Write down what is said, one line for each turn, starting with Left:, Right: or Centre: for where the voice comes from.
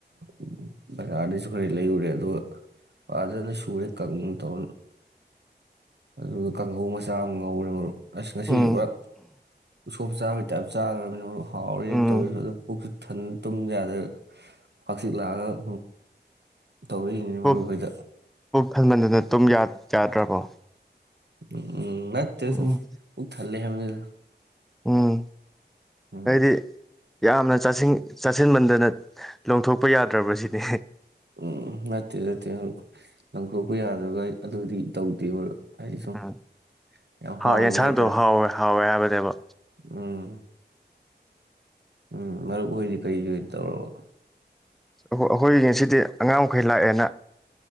Right: ꯎ ꯕꯖꯥꯔꯗꯩꯁꯨ ꯈꯔ ꯂꯩꯔꯨꯔꯦ ꯑꯗꯨꯒ ꯐꯖꯅ ꯁꯨꯔꯦ ꯀꯪꯅ ꯇꯧꯔꯒ ꯑꯗꯨꯒ ꯀꯥꯡꯒꯧ ꯃꯆꯥ ꯑꯃ ꯉꯧꯔꯦ ꯃꯔꯨꯞ ꯑꯁ ꯉꯁꯤꯗꯤ
Centre: ꯎꯝ
Right: ꯄꯨꯔꯥ ꯎꯁꯣꯞ ꯆꯥꯕꯩ ꯇꯥꯏꯞ ꯆꯥꯈ꯭ꯔꯕꯅꯤꯅ ꯍꯥꯎꯔꯦꯅ
Centre: ꯎꯝ
Right: ꯇꯧꯔꯤꯁꯨ ꯑꯗꯨ ꯄꯨꯛꯁꯨ ꯊꯟꯅ ꯇꯨꯝ ꯌꯥꯗꯅ ꯍꯪꯆꯤꯛ ꯂꯥꯡꯉꯒ ꯇꯧꯔꯛꯏꯅꯤ
Centre: ꯄꯨ
Right: ꯃꯔꯨꯞ ꯍꯣꯏꯗ
Centre: ꯄꯨꯛ ꯊꯟꯃꯟꯗꯅ ꯇꯨꯝ ꯌꯥ ꯌꯥꯗ꯭ꯔꯕꯣ
Right: ꯎ ꯎꯝ ꯅꯠꯇꯦ
Centre: ꯎꯝ
Right: ꯁꯨꯝ ꯄꯨꯛ ꯊꯜꯂꯦ <unintelligible>
Centre: ꯎꯝ
Right: ꯎꯝ
Centre: ꯑꯩꯗꯤ ꯌꯥꯝꯅ ꯆꯥꯁꯤꯡ ꯆꯥꯁꯤꯟꯃꯟꯗꯅ ꯂꯣꯡꯊꯣꯛꯄ ꯌꯥꯗ꯭ꯔꯕ ꯁꯤꯅꯤ
Right: ꯎꯝ ꯅꯠꯇꯦ ꯅꯠꯇꯦ ꯂꯪꯊꯣꯛꯄ ꯌꯥꯗꯕꯒ ꯑꯗꯨꯗꯤ ꯇꯧꯗꯦ ꯃꯔꯨꯞ ꯍꯥꯏꯗꯤ ꯁꯨꯝ
Centre: ꯎꯝ
Right: ꯌꯥꯝ
Centre: ꯍꯥꯎ
Right: ꯍꯥꯎꯈꯤꯕ
Centre: ꯌꯦꯟꯁꯥꯡꯗꯣ
Right: ꯍꯥꯏꯇꯥꯔꯦ
Centre: ꯍꯥꯎꯋꯦ ꯍꯥꯎꯋꯦ ꯍꯥꯏꯕ ꯋꯦꯕ
Right: ꯎꯝ ꯎꯝ ꯃꯔꯨꯞ ꯍꯣꯏꯗꯤ ꯀꯔꯤ ꯀꯔꯤ ꯑꯣꯏꯅ ꯇꯧꯔꯕ
Centre: ꯑꯩꯈꯣꯏꯒꯤꯁꯤꯗꯤ ꯑꯉꯥꯡ ꯃꯈꯩ ꯂꯥꯛꯑꯦꯅ